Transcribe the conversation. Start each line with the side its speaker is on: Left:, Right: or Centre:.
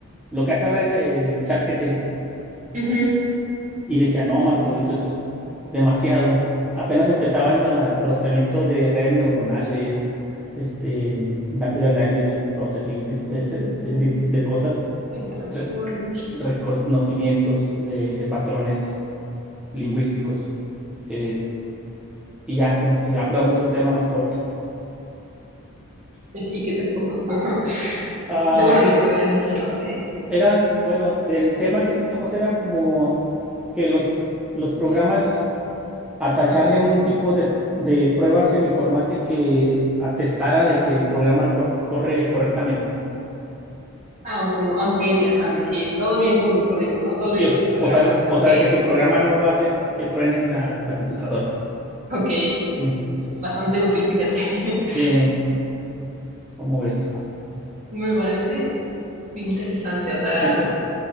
Centre: Lo que hace ahora el, el ChatGPT.
Right: Ujú.
Centre: Y decía, no, Marco, dice, eso es demasiado. Apenas empezaba la- el procesamiento de redes neuronales, este, natural language processing, dis- este-
Right: Sí,
Centre: ese
Right: sí,
Centre: tipo de cosas,
Right: el Transformer.
Centre: re- reconocimientos de, de patrones lingüísticos. Eh, y ya, pues, eh, acordamos otro tema más corto.
Right: <laughs> ¿Y qué te puso? <laughs>
Centre: Ah,
Right: Lo- Bueno, lo que me habías dicho, ¿no? De,
Centre: era, bueno, del tema que escogimos era como que los, los programas atacharle un tipo de, de prueba semiformal de que atestara de que el programa cor- corre correctamente.
Right: ah, o como, ah, ok, ajá, de que todo bien con tu código, ¿no? Todo
Centre: Sí,
Right: bien con
Centre: o,
Right: el programa,
Centre: o sea, de, o
Right: ok,
Centre: sea, de que tu programa no va a hacer que truene la, la computadora.
Right: ok,
Centre: Sí, eso es-
Right: bastante útil, fíjate.
Centre: sí,
Right: <laughs>
Centre: ¿cómo ves?
Right: Me parece interesante, o sea,
Centre: Está interes-